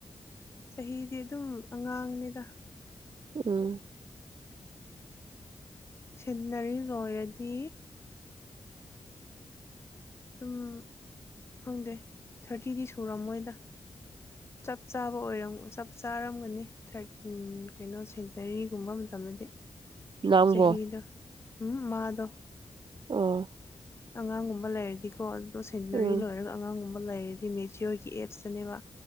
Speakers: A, on the left; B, on the right.
A: ꯆꯍꯤꯗꯤ ꯑꯗꯨꯝ ꯑꯉꯥꯡꯅꯤꯗ
B: ꯎꯝ
A: ꯁꯤꯟꯅꯔꯤ ꯂꯣꯏꯔꯗꯤ ꯑꯗꯨꯝ ꯈꯪꯗꯦ ꯊꯥꯔꯇꯤꯗꯤ ꯁꯨꯔꯝꯃꯣꯏꯗ ꯆꯞ ꯆꯥꯕ ꯑꯣꯏꯔꯝ ꯆꯞ ꯆꯥꯔꯝꯒꯅꯤ ꯊꯥꯔꯠ ꯎꯝ ꯀꯩꯅꯣ ꯁꯦꯟꯇꯔꯤꯒꯨꯝꯕ ꯃꯇꯝꯗꯗꯤ
B: ꯅꯪꯕꯣ
A: ꯆꯍꯤꯗꯣ ꯎꯝ ꯃꯥꯗꯣ
B: ꯑꯣ
A: ꯑꯉꯥꯡꯒꯨꯝꯕ ꯂꯩꯔꯗꯤꯀꯣ ꯑꯗꯣ ꯁꯦꯟꯅꯔꯤ
B: ꯎꯝ
A: ꯂꯣꯏꯔꯒ ꯑꯉꯥꯡꯒꯨꯝꯕ ꯂꯩꯔꯗꯤ ꯃꯦꯆꯤꯌꯣꯔꯒꯤ ꯑꯦꯠꯁꯇꯅꯦꯕ